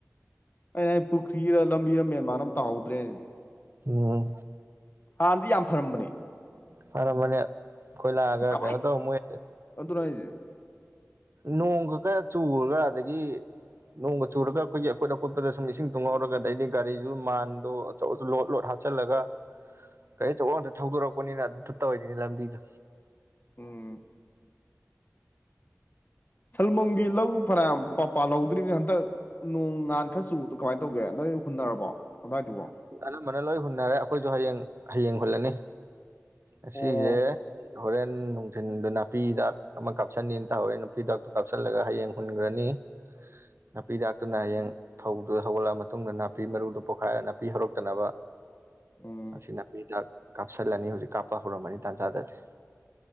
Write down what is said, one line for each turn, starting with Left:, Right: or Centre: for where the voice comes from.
Left: ꯑꯩꯅ ꯑ ꯄꯨꯈ꯭ꯔꯤꯔ ꯂꯝꯕꯤꯔ ꯃꯦꯟꯃꯥꯔ ꯑꯃ ꯇꯥꯍꯧꯗ꯭ꯔꯦ
Right: ꯎꯝ
Left: ꯍꯥꯟꯅꯗꯤ ꯌꯥꯝ ꯐꯔꯝꯕꯅꯦ
Right: ꯐꯔ ꯃꯅꯦ ꯑꯩꯈꯣꯏ ꯂꯥꯛꯑꯒ
Left: ꯀꯃꯥꯏ
Right: ꯀꯩꯅꯣ ꯇꯧꯔ ꯃꯣꯏꯁꯦ
Left: ꯑꯗꯨꯅ ꯍꯥꯏꯁꯤꯦ
Right: ꯅꯣꯡꯒ ꯈꯔ ꯆꯨꯔꯒ ꯑꯗꯒꯤ ꯅꯣꯡꯃ ꯆꯨꯔꯒ ꯑꯩꯈꯣꯏꯒꯤ ꯑꯀꯨꯠ ꯑꯀꯨꯠꯄꯗ ꯁꯨꯝ ꯏꯁꯤꯡ ꯇꯨꯡꯍꯧꯔꯒ ꯑꯩꯗꯤ ꯒꯥꯔꯤꯁꯨ ꯃꯥꯟꯗꯣ ꯑꯆꯧ ꯂꯣꯠ ꯂꯣꯠ ꯍꯥꯞꯆꯤꯜꯂꯒ ꯀꯒꯥꯔꯤ ꯑꯆꯧ ꯑꯝꯇ ꯊꯧꯗꯣꯔꯛꯄꯅꯤꯅ ꯑꯗꯨꯝꯇ ꯇꯧꯔꯤꯅꯤꯅꯦ ꯂꯝꯕꯤꯗꯣ
Left: ꯎꯝ ꯁꯜꯃꯝꯒꯤ ꯂꯧ ꯐꯔ ꯄꯄꯥ ꯂꯧꯗ꯭ꯔꯤꯕꯅꯤ ꯍꯟꯗꯛ ꯅꯣꯡ ꯉꯥꯟ ꯈꯔ ꯆꯨꯕꯗꯣ ꯀꯃꯥꯏꯅ ꯇꯧꯒꯦ ꯅꯣꯏ ꯍꯨꯟꯅꯔꯕꯣ ꯑꯗꯨꯋꯥꯏꯗꯨꯒꯣ
Right: ꯑꯅꯝꯕꯅ ꯂꯣꯏ ꯍꯨꯟꯅꯔꯦ ꯑꯩꯈꯣꯏꯁꯨ ꯍꯌꯦꯡ ꯍꯌꯦꯡ ꯍꯨꯜꯂꯅꯤ ꯑꯁꯤꯁꯦ
Left: ꯑꯣ
Right: ꯍꯣꯔꯦꯟ ꯅꯨꯡꯊꯤꯟꯗ ꯅꯥꯄꯤꯗꯥꯛ ꯑꯃ ꯀꯥꯞꯁꯤꯟꯅꯤꯅ ꯇꯍꯔꯦ ꯅꯨꯄꯤꯗꯥꯛꯇꯣ ꯀꯥꯞꯁꯤꯜꯂꯒ ꯍꯌꯦꯡ ꯎꯟꯒꯅꯤ ꯅꯥꯄꯤꯗꯥꯛꯇꯨꯅ ꯍꯌꯦꯡ ꯐꯧꯗꯨ ꯍꯧꯒꯠꯂꯑ ꯃꯇꯨꯡꯗ ꯅꯥꯄꯤ ꯃꯔꯨꯗꯨ ꯄꯣꯛꯈꯥꯏꯔꯒ ꯄꯤ ꯍꯧꯔꯛꯇꯅꯕ
Left: ꯎꯝ
Right: ꯑꯁꯤꯅꯄꯤ ꯍꯤꯗꯥꯛ ꯀꯥꯞꯁꯤꯜꯂꯅꯤ ꯍꯧꯖꯤꯛ ꯀꯥꯞꯄ ꯍꯧꯔꯝꯃꯅꯤ ꯇꯥꯟꯖꯥꯗꯗꯤ